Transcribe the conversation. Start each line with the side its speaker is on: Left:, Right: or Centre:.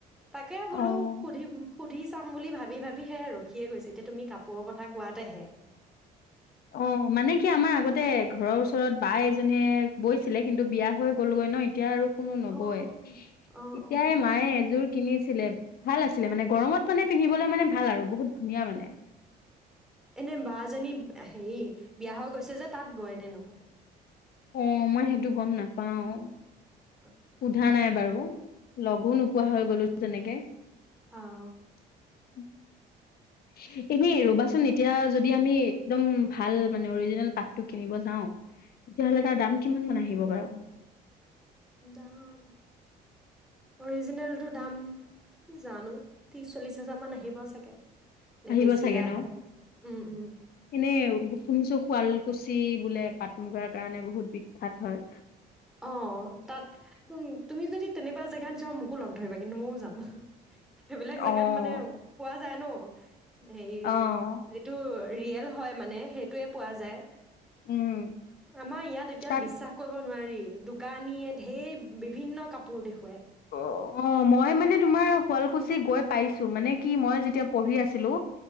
Centre: তাকে
Left: অ'।
Centre: বোলো সুধি সুধি চাম বুলি ভাবি ভাবি সেয়াই ৰখি খিয়ে গৈছে এতিয়া তুমি কাপোৰ কথা কোৱাতেহে
Left: অ', মানে কি, আমাৰ আগতে ঘৰৰ ওচৰত বা এজনীয়ে বৈছিলে, কিন্তু বিয়া হৈ গ'লগৈ ন। এতিয়া আৰু কোনো নবয়।
Centre: অঁ অঁ অঁ
Left: তেতিয়াই
Centre: অঁ অঁ
Left: মায়ে এযোৰ। কিনিছিলে। ভাল আছিলে মানে গৰমত মানে পিন্ধিবলৈ মানে ভাল। আৰু বহুত ধুনীয়া মানে।
Centre: এনে বা, জনি হেৰি, বিয়া হৈ গৈছে যে। তাত বয় নে নবয়।
Left: অহ, মই সেইটো গম নাপাওঁ।
Centre: অঁ
Left: সোধা নাই বাৰু। লগো নোপোৱা হৈ গ'লো তেনেকে।
Centre: অ',
Left: <inaudible> এনেই ৰবাচোন। এতিয়া যদি আমি একদম ভাল মানে অৰিজিনেল পাতটো কিনিব যাওঁ তেতিয়াহ'লে তাৰ দাম কিমান মান আহিব <inaudible>
Centre: দাম অৰিজিনেলটো দাম জানো, ত্ৰিশ চল্লিশ হাজাৰ মান আহিব চাগে। নে
Left: আহিব
Centre: বেছিয়ে
Left: চাগে
Centre: আহে
Left: নহ,
Centre: উম উম
Left: এনে শুনিছো শুৱাল কুচি। বোলে পাট- মুগাৰ কাৰণে বহুত। বিখ্যাত হয়।
Centre: অহ, তাত তুমি যদি তেনেকুৱা জেগাত যোৱা মোকো লগ। ধৰিবা। কিন্তু মইও যাম। সেইবিলাক জেগাত
Left: অ',
Centre: মানে পোৱা যায় নহ। <inaudible> হেৰি
Left: অ',
Centre: যিটো। ৰিয়েল হয় মানে। সেইটোৱে পোৱা যায়।
Left: উম,
Centre: আমাৰ ইয়াত এতিয়া
Left: তাত
Centre: বি কৰিব নোৱাৰি। দোকানীয়ে ঢেৰ বিভিন্ন কাপোৰ দেখুৱায়।
Left: অ, অ, মই মানে তোমাৰ শুৱালকুছি গৈ পাইছো। মানে কি মই যেতিয়া পঢ়ি আছিলো।